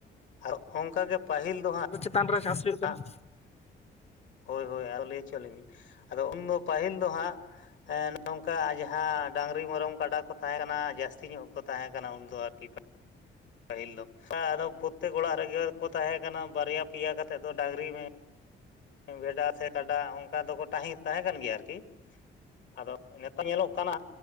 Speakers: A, on the left; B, on the left.
A: ᱟᱨ ᱚᱱᱠᱟ ᱜᱮ ᱯᱟᱹᱦᱤᱞ ᱫᱚ ᱦᱟᱸᱜ᱾
B: ᱛᱟᱱᱫ ᱨᱮ ᱪᱟᱥ᱾ ᱦᱩᱭᱩᱜ ᱠᱟᱱᱟ
A: ᱟᱸᱜ ᱦᱳᱭ ᱦᱳᱭ ᱟᱨᱚ ᱞᱮᱭ ᱚᱪᱚᱞᱤᱧ ᱵᱮᱱ, ᱟᱫᱚ ᱩᱱᱫᱚ ᱯᱟᱹᱦᱤᱞ ᱫᱚ ᱦᱟᱸᱜ, ᱦᱮᱸ ᱱᱚᱝᱠᱟ ᱡᱟᱦᱟᱸ ᱰᱟᱹᱝᱨᱤ ᱢᱮᱨᱚᱢ ᱠᱟᱰᱟ ᱠᱚ ᱛᱟᱦᱮᱸ ᱠᱟᱱᱟ ᱡᱟᱹᱥᱛᱤ ᱧᱚᱜ ᱠᱚ ᱛᱟᱦᱮᱸ ᱠᱟᱱᱟ ᱩᱱᱫᱚ ᱟᱨ᱾ <inaudible> ᱯᱟᱹᱦᱤᱞ ᱫᱚ ᱟᱫᱚ ᱯᱨᱚᱛᱮᱠ ᱚᱲᱟᱜ ᱨᱮᱜᱮ ᱠᱚ ᱛᱟᱦᱮᱸ ᱠᱟᱱᱟ ᱵᱟᱨᱭᱟ ᱯᱮᱭᱟ ᱠᱟᱛ ᱱᱤᱛᱚᱫ ᱫᱚ ᱰᱟᱝᱨᱤ ᱢᱮ ᱵᱷᱮᱰᱟ ᱥᱮ ᱠᱟᱰᱟ ᱚᱱᱠᱟ ᱫᱚᱠᱚ ᱛᱟᱦᱮᱸ, ᱛᱟᱦᱮᱸ ᱠᱟᱱ ᱜᱮᱭᱟ ᱟᱨᱠᱤ᱾ ᱟᱫᱚ ᱱᱮᱛᱟᱨ ᱧᱮᱞᱚᱜ ᱠᱟᱱᱟ